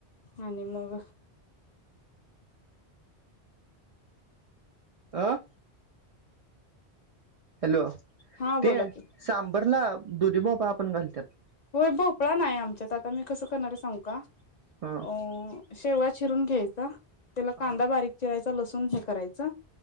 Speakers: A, on the left (about 50°); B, on the right (about 60°).
A: आणि मग
B: आं? हॅलो.
A: हा
B: ते
A: बोला की.
B: सांबरला दुधीभोपळा पण घालत्यात.
A: होय भोपळा नाही आमच्यात आता मी कसं करणार ये सांगू का?
B: हां.
A: अ शेवगा चिरून घ्यायचा, त्याला
B: हा
A: कांदा बारीक चिरायचा, लसूण हे कराय च